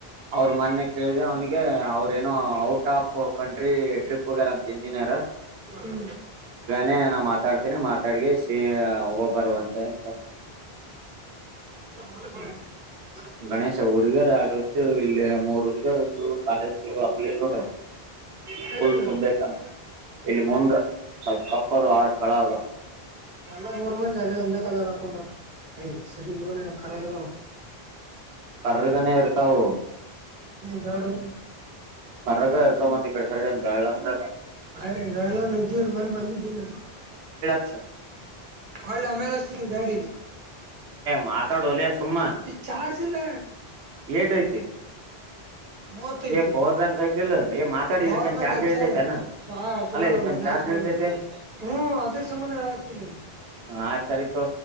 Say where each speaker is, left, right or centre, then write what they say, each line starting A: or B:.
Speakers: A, on the right; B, on the right.
A: ಅವ್ರ ಮೊನೆೆ ಕೇಳ್ದ ಅವ್ನಿಗೆ ಅವ್ರ ಏನೋ ಔಟ್ ಆಫ್ ಕಂಟ್ರಿ ಟ್ರಿಪ್ ಹೋಗ್ಯಾರಂತ ಇಂಜಿನಿಯರ್
B: ಹ್ಮ
A: ಮೆ ನಾ ಮಾತಾಡ್ತೇನಿ ಮಾತಾಡ್ಗೆ ಸಿ ಒಬ್ಬಬ್ಬರು ಅಂತೆ ಅಂತ
B: ಹೊ ಬ
A: ಗಣೇಶ ಹುಡುಗರ್ ಆಡ್ದು ಇಲ್ಲಿ ಮೂರ್ ಹುಡುಗರುದ್ದು ಕಾಲೇಜ ಹಬ್ಲಿ ಇಲ್ಲಿ ನೋಡ
B: ಹಲೋ
A: ಫುಲ್
B: ಸ
A: ತುಂಬೈತಂತ ಇಲ್ಲಿ ಮುಂದ ಸ್ವಲ್ಪ ತಪ್ಪದು ಆ ಕಳ ಅದು
B: ನಲ್ಲ ಮೂರು ಮಂದ ಅದ ಅಂದ ಕಲ್ಲ ಅಕೊಂಡ ಯ್ ಸರಿ ಲನ್ನ ಖರದಗ
A: ಕರ್ರಗನ ಇರ್ತವು
B: ಹ್ಮ್ ಬ್ಯಾಡೋ
A: ಮರಗ ಇರ್ತಾವ ಮತ್ತತ್ ಈ ಕಡೆ ಸೈಡೆ ಅ ಗಾಳ ಅಂದ್ರ
B: ಹ ರಳ ನಿ ತಿ ಮನ್ ಬಲ್ಲ
A: ಅಚ್ಚ
B: ಒಳ್ಳೆ ಆಮೇಲೆಸ್ರಿ ಬೇಡ
A: ಮಾತಾಡ ಲ ಸುಮ್ಮನ್
B: ಚಾರ್ಜ್ ಇಲ್ಲ
A: ಎಟ ಐತಿ
B: ಮತ್ತ ಐತಿ
A: ಏ ಪವರ್ ಬ್ಯಾಂಕ್ ಐತಿಲ್ ಏ ಮಾತಾಡಿ
B: ಪವರ್
A: ಇದಕ್ಕೇನ್
B: ಬ್ಯಾಂಕ್
A: ಚಾರ್ಜ್
B: ಅಚ್ಚ
A: ಇಳಿತೈತೆನ
B: ರ ಚಚಣ
A: ಅಲ್ಲ ಇದಕ್ಕೇನ್
B: ಮನೆ
A: ಚಾರ್ಜ್
B: ಅ
A: ಇಳಿತೈತೆ
B: ಹ್ಮ್ ಅದ್ರ ಸಂಬಂಧ ಹೇಳತೀಿ
A: ಹ ಆಚರಿಿತು